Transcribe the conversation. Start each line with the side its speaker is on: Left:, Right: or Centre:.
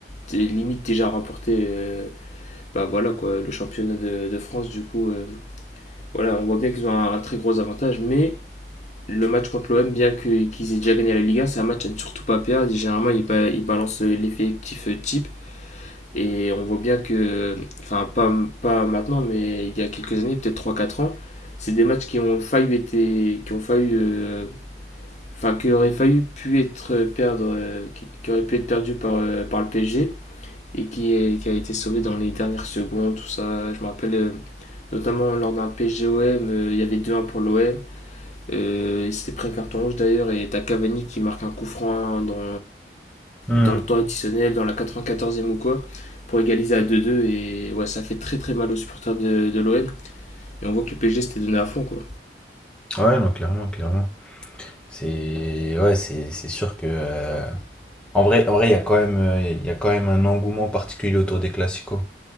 Left: des limites déjà remporté euh, bah voilà, quoi, le championnat de, de France. Du coup, euh, voilà, on voit bien qu'ils ont un, un très gros avantage, mais le match contre l'OM, bien que- qu'ils aient déjà gagné la Ligue 1, c'est un match à ne surtout pas perdre. Généralement, ils, ba- ils balancent l'effectif euh, type. Et on voit bien que, enfin, pas, pas maintenant, mais il y a quelques années, peut-être trois quatre ans, c'est des matchs qui ont failli été, qui ont failli, euh, enfin, qui auraient failli pu être perdre, euh, qui, qui auraient pu être perdus par, euh, par le PSG et qui, est- qui a été sauvé dans les dernières secondes, tout ça. Je me rappelle euh, notamment lors d'un PSG-OM, il y avait deux 1 pour l'OM. Euh, il s'était pris un carton rouge d'ailleurs et t'as Cavani qui marque un coup franc dans,
Centre: Mhm.
Left: dans le temps additionnel, dans la 94e ou quoi, pour égaliser à 2-2. Et ouais, ça fait très très mal aux supporters de, de l'OM. Et on voit que le PSG s'était donné à fond, quoi.
Centre: Ouais, non, clairement, clairement. C'est ouais, c'est c'est sûr que euh, en vrai, en vrai, il y a quand même euh, il y a quand même un engouement particulier autour des classicos.